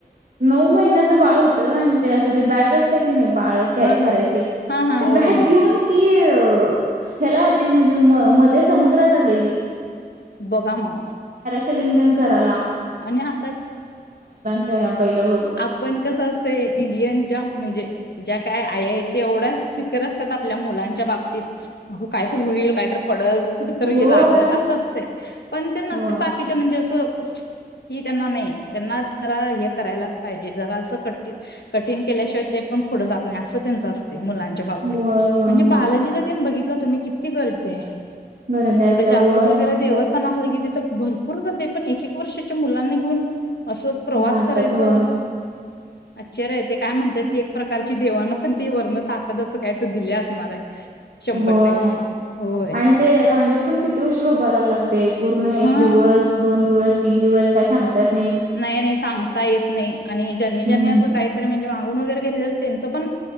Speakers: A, on the right (about 55°); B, on the left (about 80°).
A: नऊ महिन्याचं बाळ होतं आणि ते असं ते बॅग असत की नाही बाळ कॅरी
B: हा
A: करायची.
B: हा हा हा
A: ते
B: होय
A: बॅग
B: होय
A: घेऊन ती - अ ह्याला आलती म्हणजे म मध्ये समुद्रात आलेली
B: बघा म
A: सेलिंग तिलिंग कराला
B: आणि आता
A: त्या बाईला बघून.
B: आपण कसं असतंय इंडियन ज्या म्हणजे ज्या काय आई आहेत ते एवढ्या सिकर असतात आपल्या मुलांच्या बाबतीत काय तर होईल कायतर पडल कुठेतरी
A: होय
B: हे लागल असं असत पण ते नसतं
A: होय
B: बाकीच्या म्हणजे असं मीच कि त्यांना नाही त्यांना जरा हे करायलाच पाहिजे जरा असं कठी कठीण केल्याशिवाय ते पण पुढं जात नाही असं त्यांच असत. मुलांच्या बाबतीत
A: होय होय
B: म्हणजे बालाजीला
A: होय
B: तेन बघितलं. तुम्ही किती गरजे आहे
A: गर्दी असत्या
B: एवढे जागृत
A: होय
B: वगैरे
A: मग
B: देवस्थान
A: काय तर
B: असले की तिथं भरपूर हो पण एक एक वर्ष- त्या मुलांना अस प्रवास
A: जात्यात
B: करायच.
A: होय.
B: आश्चर्य ए ते काय म्हणतात ते एक प्रकारची देवाांना पण ते वर्ण ताकद असं काय तर दिले असणार आहे शंभर
A: होय
B: टक्के होय
A: आणि ते रांगेत पण किती उशर उभारायला लागते पूर्ण एक
B: हा
A: दिवस दोन दिवस- तीन दिवस काय सांगता येत -
B: नाही नाही सांगता येत नाही आणि ज्यांनी ज्यांनी
A: हम्म
B: असं काहीतरी म्हणजे मागून वगैरे घेतलेलं त्यांचं पण-